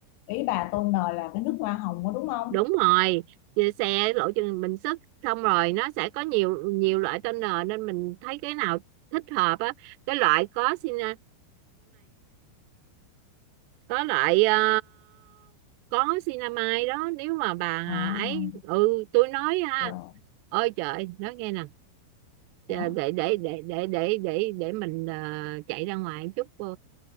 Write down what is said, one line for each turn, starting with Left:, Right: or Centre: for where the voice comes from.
Left: ý bà tôn nờ là cái nước hoa hồng đó đúng không?
Right: đúng rồi Về xe lộ trình bình sức xong rồi nó sẽ có nhiều nhiều loại tên nờ nên mình thấy cái nào thích hợp á cái loại có cinamide có loại ờ, có cinamide đó nếu mà bà
Left: À,
Right: ấy ừ tôi nói ha
Left: rồi
Right: ôi trời nói nghe nè để
Left: hả?
Right: để để để để để để, để mình ờ, chạy ra ngoài chút ờ,